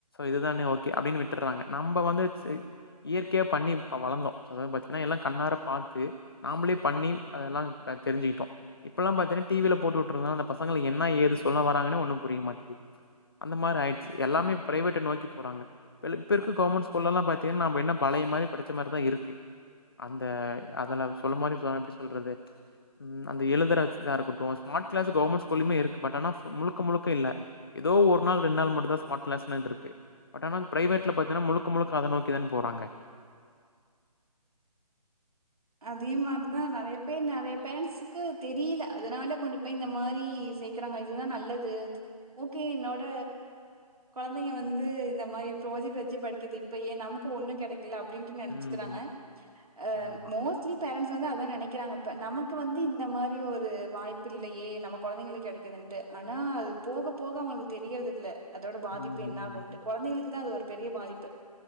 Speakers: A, on the left; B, on the right.
A: இதுதானே ஓகே அப்படினு விட்டுறாங்க நம்ம வந்து இயற்கையா பண்ணி வளர்ந்தோம் அதா பாத்தீங்கன்னா கண்ணார பார்த்து நாமலே பண்ணி அதல தெரிஞ்சுகிட்டோம் இப்ப எல்லாம் பாத்தீங்கன்னா டிவில போட்டு விடுறேனால பசங் ங்களுக்கு என்ன ஏது சொல்ல வராங்கன்னே ஒன்னும் புரிய மாட்டேது அந்த மாரி ஆயிடுச்சு எல்லாமே பிரவேட்ட நோக்கி போறாங்க இப்ப இருக்க கவுமெண்ட் ஸ்கூலும் பாத்தீங்கன்னா என்ன பழய மாரி படிச்ச மாரிதான் இருக்கு அந்த அதல சொல்ல மாரி எப்டி சொல்றது அந்த எழுதுற இதா இருக்கட்டும் ஸ்மார்ட் கிளாஸ் கவர்மெண்ட் கொலுமே இருக்கு பட் ஆனா முழுக்க முழுக்க இல்ல ஏதோ ஒரு நாள் ரெண்டு நாள் மட்டும் தான் ஸ்மார்ட்ல இருக்கு பட் ஆனா பிரைவேட்ல பாத்தீங்கன்னா முழுக்க முழுக்க அத நோக்கிதான் போறாங்க
B: அதே மாரிதான் நெறைய பேர் நெறைய பேரண்ட்ஸ்கக்கு தெரியல அதனால கொண்டு போய் இந்த மாரி சேர்க்கறாங்க இதுதான் நல்லது ஓகே என்னோட கொழந்தைங்க வந்து இந்த மாரி ப்ராஜெக்ட் வச்சு படிக்கது இப்ப ஏன் நமக்கு ஒண்ணும் கிடை அப்பிடின்ட்டு நெனச்சுக்கிறாங்க
A: ம். ம்.
B: அஹ்
A: ஆமா.
B: ச்சலி பேரண்ட்ஸ் வந்து அதான் நெனைக்கிறாங்கப்ப நமக்கு வந்து இந்த மாரி ஒரு வாய்ப்பு இல்லையே நம்ம கொழந்தைங்களுக்கு கெடைக்கலன்டு ஆனா அது போக போக அவங்களுக்கு தெரியறது இல்ல அதோட பாதிப்பு
A: ம்.
B: என்ன
A: ம்.
B: ஆகுன்ட்டு கொழந்தைகளுக்கு தான் அது ஒரு பெரிய பாதிப்பு